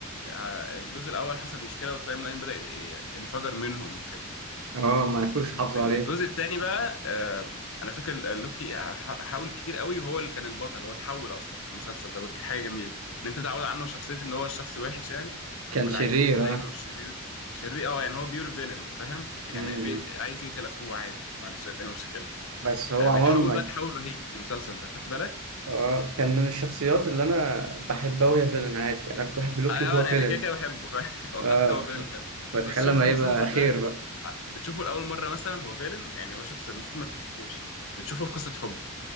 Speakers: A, on the left; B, on the right.
A: ع- الجزء الاول حصلت مشكله والتايم لاين بدا ي- انفجر منهم وكده
B: اه ما كنتش حافظه
A: في الجزء
B: عليه
A: الثاني بقى آه، انا فاكر لوكي ح- حاول كتير قوي وهو اللي كان البطل هو اتحول اصلا في المسلسل ده ودي كانت حاجه جميله ان انت متعود عنه شخصيه ان هو الشخص الوحش يعني
B: كان
A: واللي
B: شرير
A: عايز يأذي دايما
B: اه
A: والشرير شرير اه يعني هو بيور فيلن فاهم
B: امم
A: يعني بي... عايز يقتل اخوه عادي ما عندوش اي مشكله
B: بس هو
A: آه،
B: عموما
A: بيتحول بقى تحول رهيب في المسلسل ده خدت بالك؟
B: اه كان من الشخصيات اللي انا بحبها وهي فيلن عادي انا كنت بحب لوكي
A: اه آه،
B: وهو
A: انا
B: فيلن
A: كده كده بحبه <laughs> فاهم؟ هو
B: اه
A: حتى هو
B: ف-
A: فيلن حلو
B: فتخيل
A: بس شوفوا
B: لما
A: في
B: يبقى
A: المسلسل
B: خير
A: ده
B: بقى
A: بتشوفه لأول مرة مثلا هو فيلن يعني هو شخص المفروض ما تحبوش بتشوفه في قصة حب